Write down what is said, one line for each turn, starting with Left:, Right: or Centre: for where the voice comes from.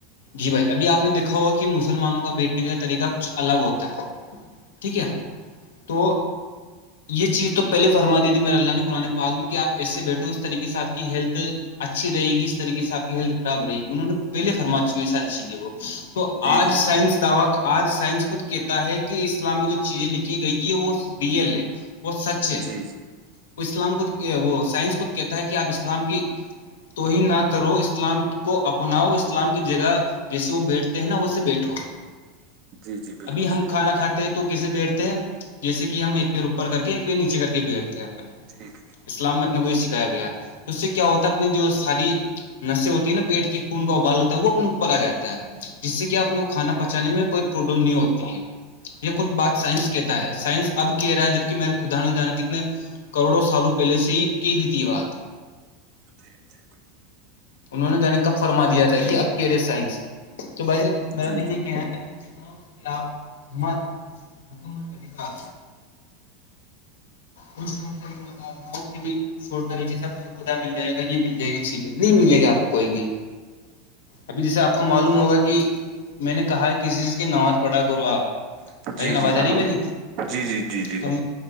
Left: جی بھائی ابھی آپ نے دیکھا ہوا کہ مسلمانوں کا بیٹنے کا طریقہ کچھ الگ ہوتا ہے ٹھیک ہے تو یہ چیز تو پہلے فرم دی تھی میرے اللہ نے قرآن پا میں کہ آپ ایسے بیٹھو اس طریقے سے آپ کی ہیلتھ اچھی رہے گ اس طریقے سےپ کی ہیلتھ خراب رہے گ انہوں نے پہے فرما یہ ساری چیزیں وہ تو
Right: جی
Left: آج
Right: جی
Left: سائنس دعوا کا آج سائنس خود کہتا ہے کہ اسلامی جو چیزیں لکھی گئی ہے وہ بی ایل ہے وہ سچ ہے
Right: جی جی
Left: وہ اسلام کو وہ سائنس کو کہتا ہے کہ آپ اسلام کی تو ہی نہ کرو اسلام کو اپناؤ اسلام کی جگہ جیسے وہ بیٹھتے ہیں نا وہے بیٹھو
Right: جی جی بالکل
Left: ابھی ہم
Right: صحیح
Left: کھانا
Right: بات
Left: کھاتے
Right: ہے.
Left: ہیں تو کیسے بیٹھتے ہیں جیسے کہ ہم ایک پیر اوپر کر کے ایک پیر نیچے کر کے بیٹھتے ہیں اپن
Right: ٹھیک
Left: اسلام میں اپنے کو یہ سکھایا گیا تو اس سے کیا ہوتا ہے اپنی جو ساری نشے ہوتی ہیں نا پیٹ کی خون کا ابال ہوتا ہے وہ اپنے اوپر آ جاتا ہے جس سے کہ آپنے کو کھانا بچانے میں کوئی پرابلم نہیں ہوتی ہے یہ خود بات سائنس کہ سائنس اب کہہ رہا ہے جبکہ میرے خداان جان کتنے کروڑوں سالوں پہلے سے ہی کی دی تھی بات
Right: جی جی
Left: انہوں نے جانے کب فرما دیا تھا یہ اب کے رے سائنس تو بلا
Right: جی
Left: تو یہ
Right: جی
Left: کہنا جت کے خلاف جمات پڑو مکمل طریبار کچھ ط طریقے بتا ش طریقے سے پتا مل جائے گا یہ مل جائے گی چیزیں نہیں ملے گی آپ کو کوئی بھی ابھی جیسے آپ کو معلوم ہوگا کہ میں نے کہا ہے کسی چیز کی نماز پڑھا کرو آپ
Right: جی
Left: بھ جان
Right: جی جی
Left: آواز آ رہی ہے میری
Right: جی جی جی جی
Left: تم